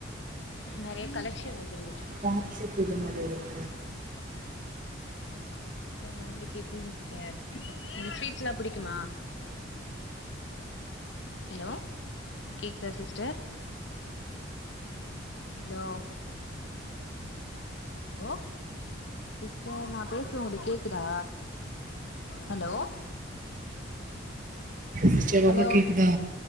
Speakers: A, on the left (about 65°); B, on the right (about 40°).
A: நெறைய கலெக்ஷன் வந்துரு
B: பேன்ட் சர்ட்டு இந்த மாரி ஒரு <inaudible>
A: அப்றோ உங்களு க்கு எப்டிங் சிஸ்டர் உங்களுக்கு ஸ்வீட்ஸ்லா புடிக்குமா ஹலோ கேக்குதா சிஸ்டர் ஹலோ ஹலோ சிஸ்டர் நா பேசுறது உங்களுக்கு கேக்குதா ஹலோ
B: சிஸ்டர் உங்களுக்கு
A: ஹலோ
B: கேக்குதா?